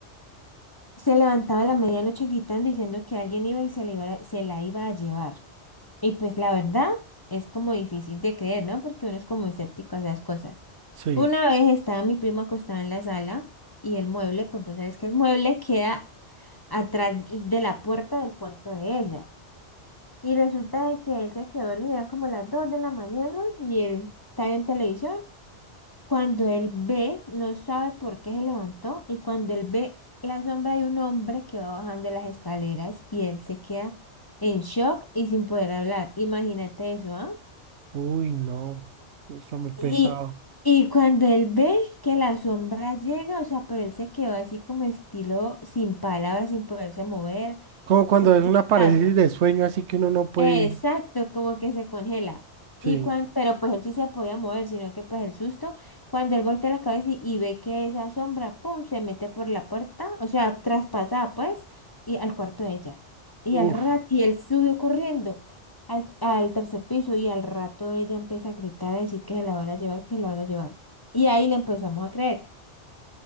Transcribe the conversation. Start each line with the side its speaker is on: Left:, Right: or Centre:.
Left: Se levantaba a la medianoche gritando diciendo que alguien iba y se la iba, se la iba a llevar. Y pues la verdad es como difícil de creer, ¿no? Porque uno es como escéptico a esas cosas.
Right: sí.
Left: Una vez estaba mi primo acostado en la sala y el mueble, pues vos sabes que el mueble queda atrás de la puerta del cuarto de ella. Y resulta de que él se quedó dormido eran como las 2 de la mañana y él estaba en televisión Cuando él ve, no sabe por qué se levantó y cuando él ve la sombra de un hombre que va bajando las escaleras y él se queda en shock y sin poder hablar. Imagínate eso, ¿ah?
Right: Uy, no, eso está muy pesado.
Left: Y, y cuando él ve que la sombra llega, o sea, pero él se quedó así como estilo sin palabras, sin poderse mover,
Right: Como cuando
Left: como
Right: es una
Left: una estatua.
Right: parálisis de sueño, así que uno no puede.
Left: Exacto, como que se congela.
Right: Sí,
Left: Y cuan- pero pues él sí se podía mover, sino que pues el susto, cuando él voltea la cabeza y, y ve que esa sombra, pum, se mete por la puerta, o sea, traspasada pues, y al cuarto de ella. Y
Right: uf,
Left: al rato, y él subió corriendo al, al tercer piso y al rato ella empieza a gritar, a decir que se la van a llevar, que se la van a llevar. Y ahí le empezamos a creer.